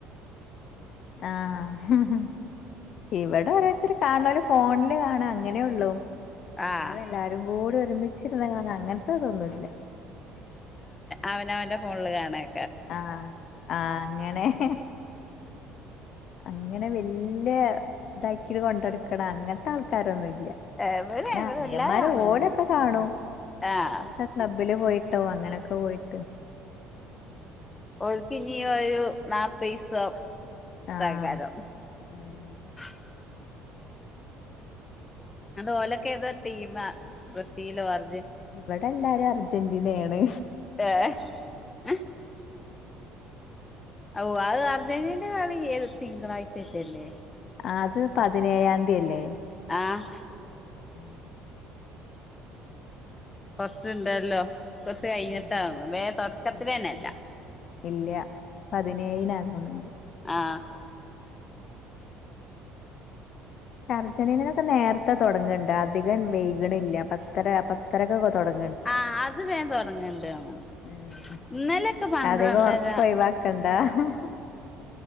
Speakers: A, on the left; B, on the left.
A: ആഹ് ഹിഹിഹി ഇവിടെ ഓരോരുത്തര് കാണും ഫോണില് കാണം അങ്ങനെ ഉള്ളു
B: ആഹ്
A: അല്ലാതെ എല്ലാരും കൂടി ഒരുമിച്ച് ഒരുമിച്ചു കാണൽ അങ്ങനത്തെതൊന്നുമില്ല
B: അവനവൻ്റെ ഫോണില് കാണും
A: ആഹ് ആഹ് അങ്ങനെ <inaudible> അങ്ങനെ വല്യ ഇതാക്കിട്ട് കൊണ്ടെടുക്കണം അങ്ങനത്തെ ആൾക്കാരൊന്നും ഇല്ല ഇല്ല
B: ഇവിടെ
A: പിന്നെ
B: ഇവിടെ
A: അനിയന്മാര്
B: എല്ലാരും കാണൊന്നും
A: ഓരൊക്കെ കാണൂ
B: ആഹ്
A: ഓരൊക്കെ ക്ലബ്ബില് പോയി അങ്ങനെയൊക്കെ പോയിട്ട്
B: ഓല്ക്ക് ഇനീ ഒരു നാൽപ്പത് ദിവസം
A: ആഹ്
B: താകാരം
A: ഉം
B: <unintelligible> ആണ്ട് ഓലൊക്കെ ഏതാ ടീം ബ്രസീലോ അർ
A: ഇവിടെ എല്ലാരും അർജ അർജന്റീനയാണ്
B: ഏ <inaudible> ഓ അത് അർജന്റീനന്റെ കളി ഏ തിങ്കളാഴ്ചേറ്റെ അല്ലെ
A: അത് പതിനേഴാംതിയല്ലേ
B: ആഹ്
A: ആഹാ
B: കൊറച്ച് ഇണ്ടല്ലോ കൊറച്ച് കഴിഞ്ഞിട്ടാതോന്ന്
A: ഉം
B: തൊടക്കത്തിലെന്നെ
A: ഉം ഉം
B: ഇല്ല
A: ഇല്ല പതിനേഴിനാ തോന്നുന്നുണ്ട്
B: ആ
A: പക്ഷെ അർജന്റീനനൊക്കെ നേരത്തെ അധികം വൈക്ണില്ല പത്തര പത്തരക്കൊക്കെ തൊടങ്ങ്
B: ആ അത് വേഗം തൊടങ്ങ്ണ്ട് തോന്ന്ണ്
A: ഉം
B: ഇന്നലൊക്കെ പന്ത്രണ്ടര
A: അധികം ഉറക്കം ഒഴിവാക്കണ്ട